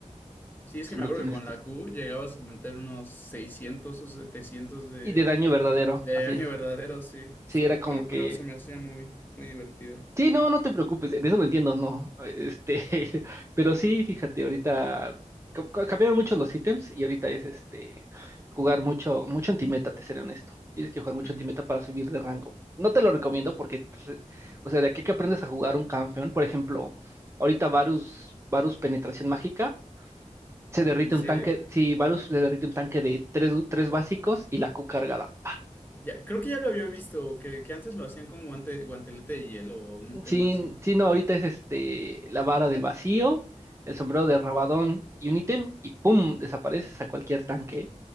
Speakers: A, on the left; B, on the right.
A: Sí, es
B: siéndote
A: que me acuerdo
B: honesto.
A: que con la Q llegabas a meter unos 600 o 700 de,
B: Y de daño verdadero,
A: de
B: así
A: año
B: es.
A: verdadero, sí. Está-
B: Sí, era como
A: pero,
B: que.
A: pero se me hacía muy, muy divertida.
B: Sí, no, no te preocupes, en eso lo entiendo, no. Este, <laughs> pero sí, fíjate, ahorita ca- ca- cambiaron mucho los ítems y ahorita es este jugar mucho, mucho antimeta, te seré honesto. Tienes que jugar mucho
A: Ujú.
B: antimeta para subir de rango. No te lo recomiendo porque, pues, eh, o sea, de aquí que aprendes a jugar un campeón, por ejemplo, ahorita Varus, Varus Penetración Mágica, se derrite
A: En serio.
B: un tanque, si Varus se derrite un tanque de tres, tres básicos y la Q cargada.
A: Ya, creo que ya lo había visto, que, que antes lo hacían con guante, guantelete de hielo o un tema
B: Sí,
A: así.
B: sí, no, ahorita es este la vara del vacío, el sombrero de Rabadón y un ítem, y ¡pum! desapareces a cualquier tanque.